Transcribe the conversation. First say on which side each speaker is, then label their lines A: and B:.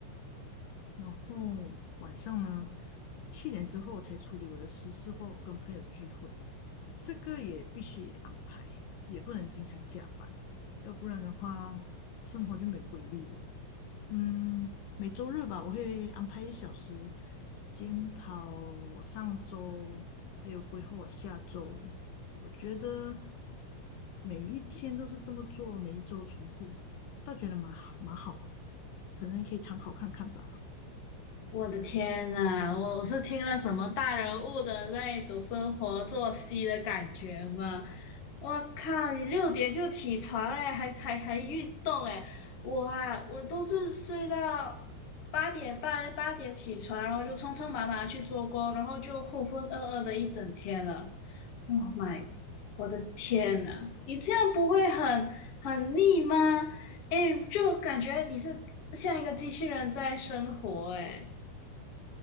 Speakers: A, on the left; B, on the left.
A: 然后晚上呢七点之后才处理我的私事或跟朋友聚会，这个也必须安排，也不能经常加班，要不然的话生活就没有规律了。嗯，每周日吧，我会安排一小时检讨我上周，还有规划我下周。我觉得每一天都是这么做，每一周重复，倒觉得蛮好，蛮好的，可能你可以参考看看吧。
B: 我的天呐，我我是听了什么大人物的那一种生活作息的感觉吗？我靠，你六点就起床哎，还还还运动哎，我啊，我都是睡到八点半八点起床，然后就匆匆忙忙去做工，然后就浑浑噩噩的一整天了。Oh my，我的天呐，你这样不会很很腻吗？哎，就感觉你是像一个机器人在生活哎。